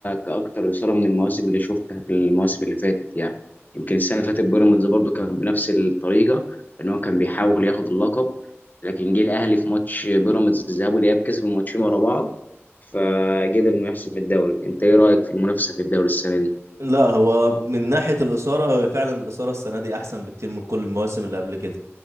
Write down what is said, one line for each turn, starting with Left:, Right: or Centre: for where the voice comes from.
Left: كأكتر إثارة من المواسم اللي شفتها في المواسم اللي فاتت يعني يمكن السنة اللي فاتت بيراميدز برضه كان بنفس الطريقة إن هو كان بيحاول ياخد اللقب لكن جه الأهلي في ماتش بيراميدز الذهاب والإياب كسب الماتشين ورا بعض فقدر إنه يحسم الدوري أنت إيه رأيك في المنافسة في الدوري السنة دي؟
Right: لا هو من ناحية الإثارة هو فعلا الإثارة السنة دي أحسن بكتير من كل المواسم اللي قبل كده